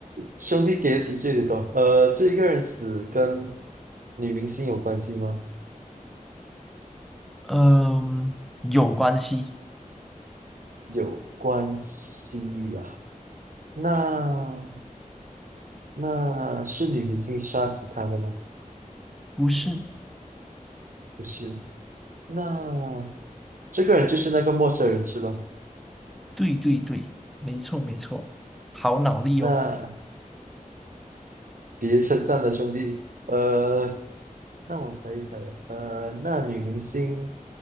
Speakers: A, on the right; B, in the centre.
A: 兄弟给的提示有点多，呃，这一个人死跟女明星有关系吗？
B: 嗯、有关系，
A: 有关系啊。那那是女明星杀死他的吗？
B: 不是？
A: 不是。那这个人就是那个陌生人是吧？
B: 对对对，没错没错，好脑力哦。
A: 那别称赞的兄弟，呃，那我猜一猜啊，呃，那女明星